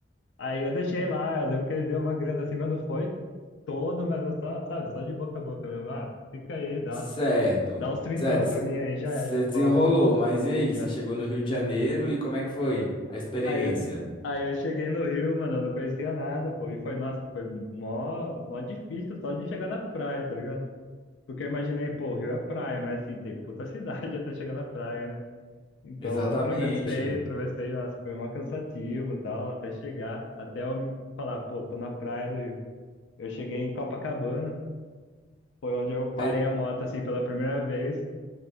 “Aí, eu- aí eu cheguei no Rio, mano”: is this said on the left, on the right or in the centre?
Left